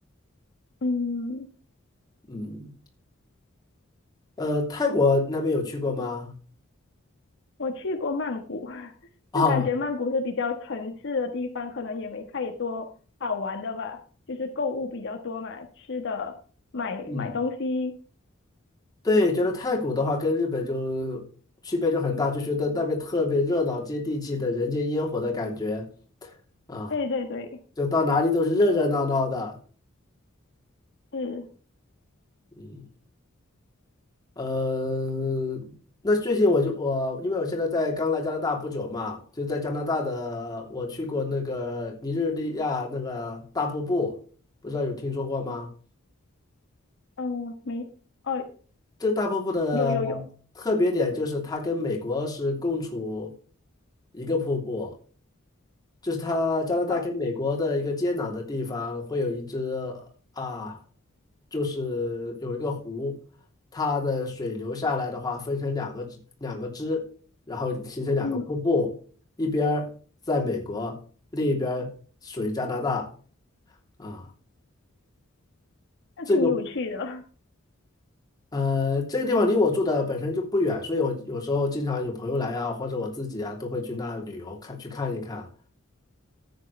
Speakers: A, on the left; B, on the left.
A: 嗯，
B: 嗯，呃，泰国那边有去过吗？
A: 我去过曼谷，<laughs>
B: 啊、
A: 就感觉曼谷是比较城市的地方，可能也没太多好玩的吧，就是购物比较多嘛，吃的、买买东西。
B: 嗯，对，觉得泰国的话跟日本就区别就很大，就觉得那边特别热闹、接地气的人间烟火的感觉啊，
A: 对对对，
B: 就到哪里都是热热闹闹的。
A: 是，
B: 嗯。呃，那最近我就我，因为我现在在刚来加拿大不久嘛，就在加拿大的，我去过那个尼日利亚那个大瀑布，不知道有听说过吗？
A: 嗯、没，哦，
B: 这个大瀑布的
A: 有有有，
B: 特别点就是它跟美国是共处一个瀑布，就是它加拿大跟美国的一个接壤的地方，
A: 呃，
B: 会有一只啊，就是有一个湖，它的水流下来的话，分成两个支两个支，然后形成两个瀑布，
A: 嗯，
B: 一边儿在美国，另一边儿属于加拿大啊。
A: 那挺有趣的。
B: 这个
A: <laughs>
B: 呃，这个地方离我住的本身就不远，所以我有时候经常有朋友来啊，或者我自己啊，都会去那旅游看去看一看。